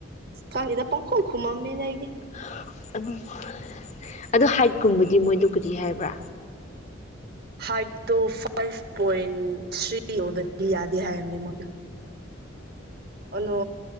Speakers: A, on the right; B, on the left.
A: ꯈꯪꯗꯦꯗ ꯄꯪꯈꯨꯝ ꯈꯨꯝꯃꯝꯃꯦꯅ ꯑꯩꯗꯤ
B: <unintelligible> ꯑꯗꯣ ꯍꯥꯏꯠꯀꯨꯝꯕꯗꯤ ꯃꯣꯏꯗꯣ ꯀꯔꯤ ꯍꯥꯏꯕ꯭ꯔꯥ
A: ꯍꯥꯏꯠꯇꯣ ꯐꯥꯏꯚ ꯄꯣꯏꯟ ꯊ꯭ꯔꯤ ꯌꯧꯗꯗꯤ ꯌꯥꯗꯦ ꯍꯥꯏꯕꯅꯦ ꯃꯣꯏꯗꯣ ꯑꯅꯣ